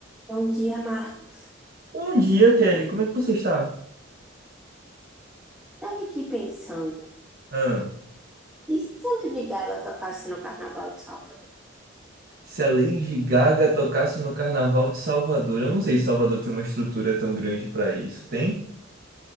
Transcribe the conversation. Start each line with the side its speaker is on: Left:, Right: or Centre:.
Centre: Bom dia, Marco.
Right: Bom dia, Kelly. Como é que você está?
Centre: Estava aqui pensando,
Right: Ah,
Centre: e se a Lady Gaga tocasse no Carnaval de Salvador?
Right: se a Lady Gaga tocasse no Carnaval de Salvador, eu não sei se Salvador tem uma estrutura tão grande para isso. Tem?